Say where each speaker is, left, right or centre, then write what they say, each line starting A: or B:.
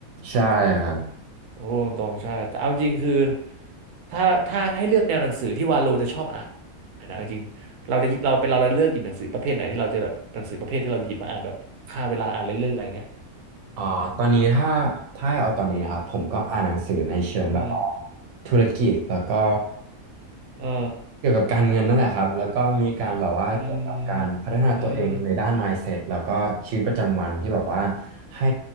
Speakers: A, on the right; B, on the right.
A: ใช่ครับ
B: ๆพูดตรงๆใช่ แต่เอาจริงคือถ้าถ้าให้เลือกแนวหนังสือที่วาโลจะชอบอ่านนะเอาจริงเราจะเราเป็นเราเราเลือกหยิบหนังสือประเภทไหนที่เราจะแบบหนังสือประเภทที่เราจะหยิบมาอ่านแบบฆ่าเวลาอ่านเล่นๆอะไรเงี้ย
A: อ่าตอนนี้ถ้าถ้าให้เอาตอนนี้นะครับผมก็อ่านหนังสือในเชิงแบบว่า
B: อืม
A: ธุรกิจแล้วก็
B: เออ
A: เกี่ยวกับการเงินนั่นแหละครับแล้วก็มีการแบบว่าเกี่ยวกับการพัฒนาตัวเองในด้าน
B: อืมอืม
A: mindset แล้วก็ชีวิตประจำวันที่แบบว่าให้